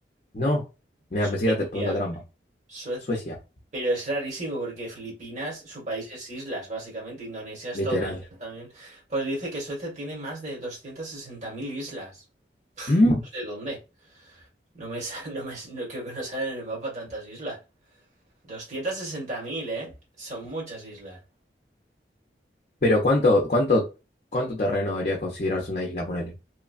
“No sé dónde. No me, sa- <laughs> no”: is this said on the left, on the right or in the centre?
Right